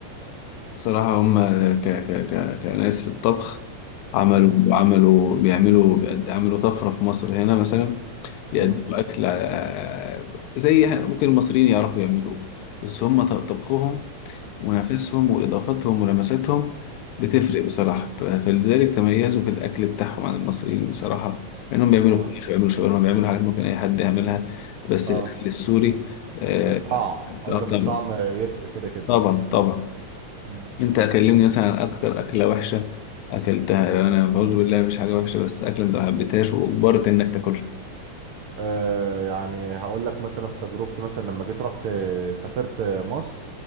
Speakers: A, on the left; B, on the right.
A: بصراحة هم ك... ك... ك... كناس في الطبخ عملوا
B: مم.
A: عملوا بيعملوا بيقد... عملوا طفرة في مصر هنا مثلا بيقدموا
B: مم.
A: أكل آه، زي ح- ممكن المصريين يعرفوا يعملوه بس هم ط- طبخهم ونفسهم
B: مم.
A: وإضافتهم ولمساتهم بتفرق
B: مم.
A: بصراحة ف- فلذلك تميزوا في الأكل بتاعهم عن المصريين بصراحة لأنهم بيعملوا
B: اه
A: فراخ بيعملوا شاورما بيعملوا حاجات ممكن أي حد يعملها بس
B: اه
A: الأكل السوري آه
B: الطعم قصدك
A: آه، طبعا
B: الطعم يفرق كده كده
A: طبعا طبعا
B: مم.
A: انت اكلمني مثلا عن اكتر اكله وحشه اكلتها يعني انا بعوذ بالله مفيش حاجه وحشه بس اكله انت ما حبيتهاش واجبرت انك تاكلها
B: آه يعني هقول لك مثلا في تجربتي مثلا لما جيت رحت سافرت مصر